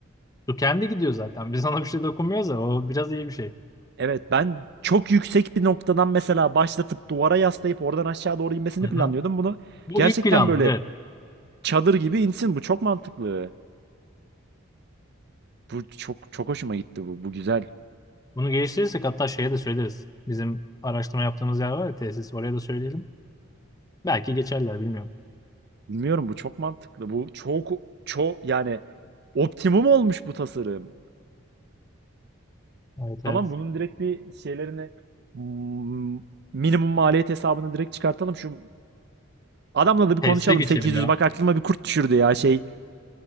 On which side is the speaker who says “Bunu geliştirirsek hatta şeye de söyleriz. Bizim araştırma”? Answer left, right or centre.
Left